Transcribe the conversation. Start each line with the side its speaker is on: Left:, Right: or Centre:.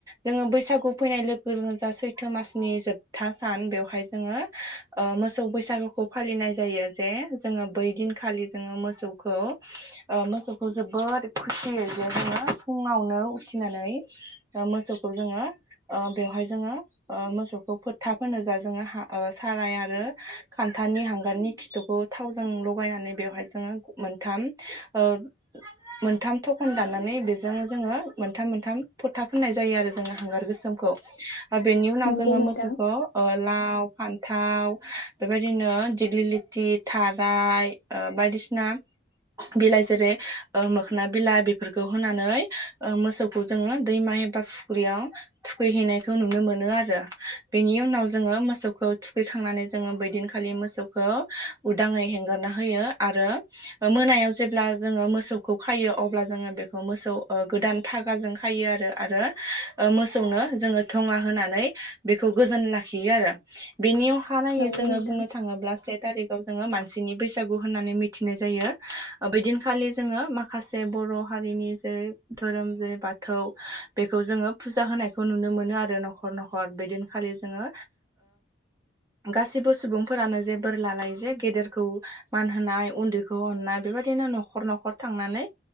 Right: जोङो बैसागु फैनाय लोगो लोगोजा सैथो मासनि जोबथा सान बेवहाय जोङो मोसौ मोसौ बैसागुखौ फालिनाय जायो जे जोङो बै दिनखालि जोङो मोसौखौ मोसौखौ जोबोोर खुसियै बे जोङो फुङावनो उथिनानै मोसौखौ जोङो बेवहाय जोङो मोसौखौ फोथा फोनो जा जोङो साराय आरो खान्थानि हांगारनि खिथुखौ थावजों लगायनानै बेवहाय जोङो मोनथाम ओ मोनथाम थखन दाननानै बेजों जोङो मोनथाम मोनथाम फोथा फोनना होननाय जायो आरो जोङो हांगार गोसोमखौ बेनि उनाव
Left: नंगौ
Right: जोङो
Left: नोंथां
Right: मोसौखौ लाव फान्थाव, बेबायदिनो दिग्लि लथि थाराय बायदिसिना बिलाइ जेरै मोखोन बिलाइ बेफोरखौ होनानै मोसौखौ जोङो दैमा एबा फुख्रियाव थुखैहैनायखौ नुनो मोनो आरो बेनि उनाव जोङो मोसौखौ थुखैखांनानै जोङो बैदिनखालि मोसौखौ उदाङै हेंगारना होयो आरो मोनायाव जेब्ला जोङो मोसौखौ खायो अब्ला जोङो बेखौ मोसौ गोदान फागाजों खायो आरो आरो मोसौनो जोङो थङा होनानै बेखौ गोजोन लाखियो आरो बेनि हा नाङै
Left: नंगौ
Right: जोङो
Left: नोंथां
Right: बुंनो थाङोब्ला से थारिखआव जोङो मानसिनि बैसागु होननानै मिथिनाय जायो बेदिनखालि जोङो माखासे बर' हारिनि जेरै धोरोम जेरै बाथौ बेखौ जोङो फुजा होनायखौ नुनो मोनो आरो न'खर न'खर बेदिनखालि जोङो गासिबो सुबुंफोरानो जे बोर ला लायो जे गेदेरखौ मान होनोनाय उन्दैखौ अननाय बेबायदिनो न'खर न'खर थांनानै